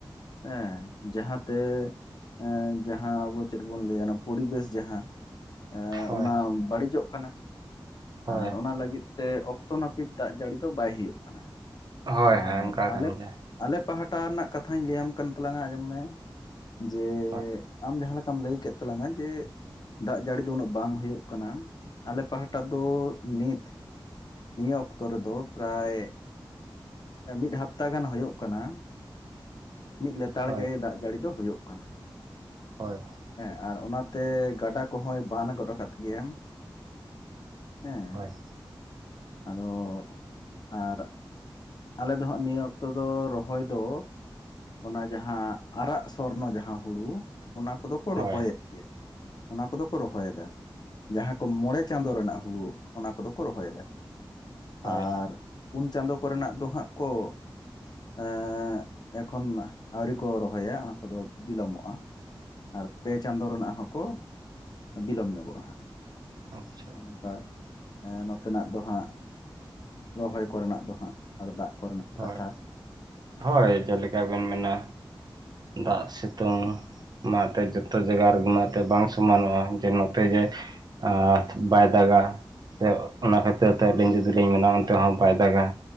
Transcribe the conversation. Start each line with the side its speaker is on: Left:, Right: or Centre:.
Left: ᱦᱮᱸ ᱡᱟᱦᱟᱸ ᱛᱮ ᱮ ᱡᱟᱦᱟᱸ ᱟᱵᱚ ᱪᱮᱫ ᱵᱚᱱ ᱞᱟᱹᱭᱟ, ᱚᱱᱟ ᱯᱚᱨᱤᱵᱮᱥ ᱡᱟᱦᱟᱸ ᱮ
Right: ᱦᱳᱭ
Left: ᱚᱱᱟ ᱵᱟᱹᱲᱤᱡ-ᱚᱜ ᱠᱟᱱᱟ᱾
Right: ᱦᱳᱭ
Left: ᱟᱨ ᱚᱱᱟ ᱞᱟᱹᱜᱤᱫ ᱛᱮ ᱚᱠᱛᱚ ᱱᱟᱹᱯᱤᱛ ᱫᱟᱜ ᱡᱟᱹᱲᱤ ᱫᱚ ᱵᱟᱭ ᱦᱩᱭᱩᱜ ᱠᱟᱱᱟ,
Right: ᱦᱳᱭ ᱦᱳᱭ
Left: ᱟᱨ
Right: ᱚᱱᱠᱟ
Left: ᱟᱞᱮ
Right: ᱠᱟᱱ ᱜᱮᱭᱟ
Left: ᱟᱞᱮ ᱯᱟᱦᱴᱟ ᱨᱮᱱᱟᱜ ᱠᱟᱛᱷᱟᱧ ᱞᱟᱹᱭ ᱟᱢ ᱠᱟᱱ ᱛᱟᱞᱟᱝᱟ ᱟᱸᱡᱚᱢ ᱢᱮ᱾ ᱡᱮ
Right: ᱦᱳᱭ
Left: ᱟᱢ ᱡᱟᱦᱟᱸ ᱞᱮᱠᱟᱢ ᱞᱟᱹᱭ ᱠᱮᱫ ᱛᱟᱞᱟᱝᱟ ᱡᱮ ᱫᱟᱜ ᱡᱟᱹᱲᱤ ᱫᱚ ᱩᱱᱟᱹᱜ ᱵᱟᱝ ᱦᱩᱭᱩᱜ ᱠᱟᱱᱟ᱾ ᱟᱞᱮ ᱯᱟᱦᱴᱟ ᱫᱚ ᱱᱤᱛ ᱱᱤᱭᱟᱹ ᱚᱠᱛᱚ ᱨᱮᱫᱚ ᱯᱨᱟᱭ ᱢᱤᱫ ᱦᱟᱯᱛᱟ ᱜᱟᱱ ᱦᱩᱭᱳᱜ ᱠᱟᱱᱟ᱾ ᱢᱤᱫ ᱞᱮᱛᱟᱲ
Right: ᱦᱳᱭ
Left: ᱜᱮ ᱫᱟᱜ ᱡᱟᱹᱲᱤ ᱫᱚ ᱦᱩᱭᱩᱜ ᱠᱟᱱᱟ᱾
Right: ᱦᱳᱭ
Left: ᱦᱮᱸ ᱟᱨ ᱚᱱᱟ ᱛᱮ ᱜᱟᱰᱟ ᱠᱚᱦᱚᱸᱭ ᱵᱟᱱ ᱜᱚᱫ ᱟᱠᱟᱫ ᱜᱮᱭᱟ᱾ ᱦᱮᱸ,
Right: ᱦᱳᱭ,
Left: ᱟᱫᱚ ᱟᱨ ᱟᱞᱮ ᱫᱚ ᱦᱟᱸᱜ ᱱᱤᱭᱟᱹ ᱚᱠᱛᱚ ᱫᱚ ᱨᱚᱦᱚᱭ ᱫᱚ ᱚᱱᱟ ᱡᱟᱦᱟᱸ ᱟᱨᱟᱜ ᱥᱚᱨᱱᱚ ᱡᱟᱦᱟᱸ ᱦᱩᱲᱩ ᱚᱱᱟ ᱠᱚᱫᱚ ᱠᱚ ᱨᱚᱦᱚᱭᱮᱫ
Right: ᱦᱳᱭ
Left: ᱜᱮᱭᱟ᱾ ᱚᱱᱟ ᱠᱚᱫᱚ ᱠᱚ ᱨᱚᱦᱚᱭᱮᱫᱟ᱾ ᱡᱟᱦᱟᱸ ᱠᱚ ᱢᱚᱬᱮ ᱪᱟᱸᱫᱳ ᱨᱮᱱᱟᱜ ᱦᱩᱲᱩ ᱚᱱᱟ ᱠᱚᱫᱚ ᱠᱚ ᱨᱚᱦᱚᱭ ᱮᱫᱟ᱾
Right: ᱦᱳᱭ
Left: ᱟᱨ ᱯᱩᱱ ᱪᱟᱸᱫ ᱠᱚᱨᱮᱱᱟᱜ ᱫᱚ ᱦᱟᱸᱜ ᱠᱚ ᱮ ᱮᱠᱷᱚᱱ ᱟᱹᱣᱨᱤ ᱠᱚ ᱨᱚᱦᱚᱭᱟ ᱚᱱᱟ ᱠᱚᱫᱚ ᱵᱤᱞᱚᱢᱚᱜᱼᱟ᱾ ᱟᱨ ᱯᱮ ᱪᱟᱸᱫᱳ ᱨᱮᱱᱟᱜ ᱦᱚᱸᱠᱚ ᱵᱤᱞᱚᱢ ᱧᱚᱜᱚᱜ-ᱟ ᱦᱟᱸᱜ᱾
Right: ᱟᱪᱪᱷᱟ
Left: ᱦᱚᱸᱜᱚ
Right: ᱟᱪᱪᱷᱟ
Left: ᱱᱚᱝᱠᱟ ᱱᱚᱛᱮᱱᱟᱜ ᱫᱚ ᱦᱟᱸᱜ ᱨᱚᱦᱚᱭ ᱠᱚᱨᱮᱱᱟᱜ ᱫᱚ ᱦᱟᱸᱜ᱾ ᱟᱨ ᱫᱟᱜ ᱠᱚᱨᱮᱱᱟᱜ᱾
Right: ᱦᱳᱭ
Left: ᱠᱟᱛᱷᱟ ᱦᱮᱸ
Right: ᱦᱳᱭ ᱡᱮᱞᱮᱠᱟ ᱵᱮᱱ ᱢᱮᱱᱟ ᱫᱟᱜ ᱥᱤᱛᱩᱝ ᱚᱱᱟᱛᱮ ᱡᱚᱛᱚ ᱡᱟᱭᱜᱟ ᱨᱮᱜᱮ ᱢᱟ ᱚᱱᱟᱛᱮ ᱵᱟᱝ ᱥᱚᱢᱟᱱᱚᱜᱼᱟ ᱡᱮ ᱱᱚᱛᱮ ᱡᱮ ᱟᱛ ᱵᱟᱭ ᱫᱟᱜᱟ᱾ ᱥᱮ ᱚᱱᱟ ᱠᱷᱟᱹᱛᱤᱨ ᱛᱮ ᱟᱹᱞᱤᱧ ᱡᱩᱫᱤ ᱞᱤᱧ ᱢᱮᱱᱟ ᱚᱱᱛᱮ ᱦᱚᱸ ᱵᱟᱭ ᱫᱟᱜᱟ᱾